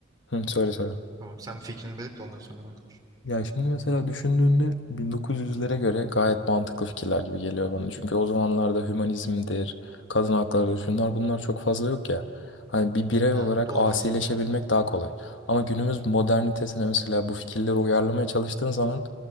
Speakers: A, on the left (about 70°); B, on the right (about 20°).
A: Hı, söyle söyle.
B: tamam sen fikrini belirt de ondan sonra ben konuşayım.
A: Ya şimdi mesela düşündüğünde 1900'lere göre gayet mantıklı fikirler gibi geliyor bana. Çünkü o zamanlarda hümanizmdir, kadın hakları, şunlar bunlar çok fazla yok ya. Hani bir birey
B: Ha,
A: olarak
B: doğru
A: asileşebilmek
B: aslında.
A: daha kolay. Ama günümüz modernitesine mesela bu fikirleri uyarlamaya çalıştığın zaman